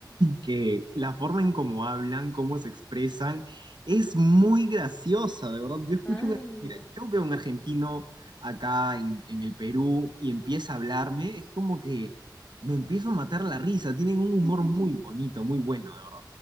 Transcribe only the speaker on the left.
Ah,
mira.
<laughs>